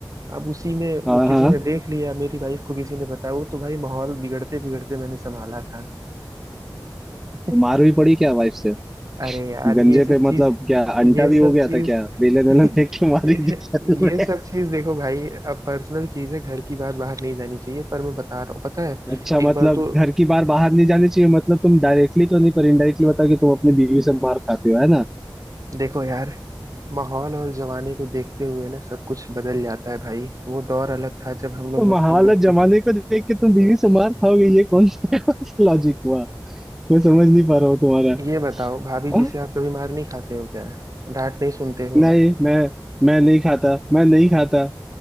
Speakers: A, on the right; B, in the centre.
A: अब उसी में वो
B: हाँ
A: किसी
B: हाँ
A: ने देख लिया मेरी वाइफ को किसी ने बताया वो तो भाई माहौल बिगड़ते बिगड़ते मैंने संभाला था <laughs>
B: तो मार भी पड़ी क्या वाइफ से
A: अरे यार
B: गंजे
A: ये सब
B: पे
A: चीज
B: मतलब क्या
A: ये
B: अंटा
A: सब
B: भी हो गया
A: चीज
B: था क्या बेलन
A: <laughs>
B: वेलन फेंक के मारी
A: ये
B: थी क्या तुम्हें
A: सब चीज देखो भाई अब पर्सनल चीज है घर की बात बाहर नहीं जानी चाहिए पर मैं बता रहा हूँ पता है
B: अच्छा मतलब
A: एक बार तो
B: घर की बार बाहर नहीं जानी चाहिए मतलब तुम डायरेक्टली तो नहीं पर इनडायरेक्टली बताओ कि तुम अपनी बीवी से मार खाते हो है ना
A: देखो यार माहौल और जमाने को देखते हुए ना सब कुछ बदल जाता है भाई वो दौर अलग था जब हम लोग
B: तो
A: मस्ती
B: हालत
A: मारते
B: जमाने
A: थे
B: को देख के तुम बीवी से मार खाओगे ये कौन सा लॉजिक हुआ मैं समझ नहीं पा रहा हूँ तुम्हारा
A: ये बताओ भाभी जी
B: हाँ?
A: से आप कभी मार नहीं खाते हो क्या डांट नहीं सुनते हो
B: नहीं मैं मैं नहीं खाता मैं नहीं खाता